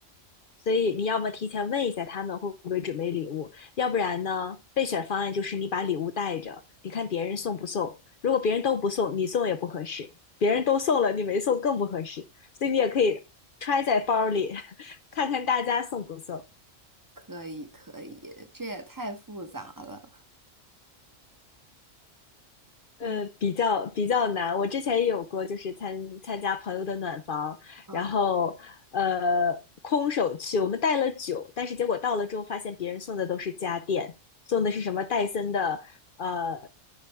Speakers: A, on the left (about 55°); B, on the right (about 15°).
A: 所以你要么提前问一下他们会不会准备礼物，要不然呢，备选方案就是你把礼物带着，你看别人送不送。如果别人都不送，你送也不合适；别人都送了，你没送更不合适。所以你也可以揣在包里，<laughs> 看看大家送不送。
B: 可以，可以，这也太复杂了。
A: 呃，
B: 嗯
A: 比较比较难。我之前也有过，就是参参加朋友的暖房，
B: 嗯。
A: 然后呃空手去，我们带了酒，但是结果到了之后发现别人送的都是家电，送的是什么戴森的呃